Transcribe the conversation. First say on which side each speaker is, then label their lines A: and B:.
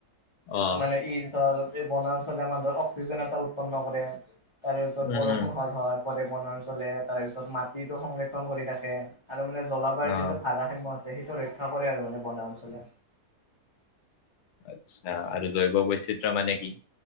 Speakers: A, on the left (about 85°); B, on the left (about 25°).
A: অ'।
B: মানে ই, ধৰ এই বনাঞ্চলে আমাৰ ধৰ অক্সিজেন এটা উৎপন্ন কৰে তাৰ
A: উম,
B: বৰষুণ
A: উম,
B: হোৱাত সহায় কৰে বনাঞ্চলে তাৰেপিছত মাটিতটো সংৰক্ষণ কৰি থাকে। আৰু মানে জলবায়ুৰ
A: অ',
B: যিটো ভাৰাসাম্য আছে সেইটো ৰক্ষা কৰে আৰু মানে বনা অঞ্চলে।
A: আচ্ছা আৰু জৈৱ বৈচিত্ৰ মানে কি?